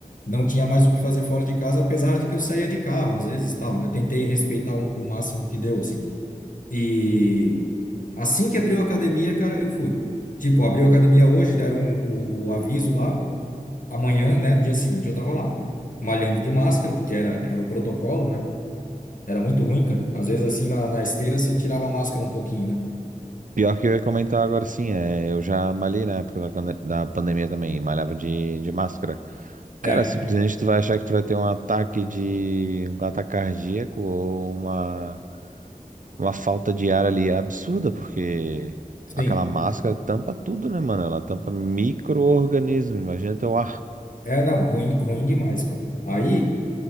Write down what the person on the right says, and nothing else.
Pior que eu ia comentar agora sim, é, eu já malhei na época da, pane- da pandemia também, malhava de, de máscara. Cara,
simplesmente
tu vai achar que tu vai ter um ataque de, um ataque cardíaco ou uma, uma falta de ar ali absurda, porque
aquela máscara tampa tudo, né, mano? Ela tampa micro-organismo, imagina teu ar.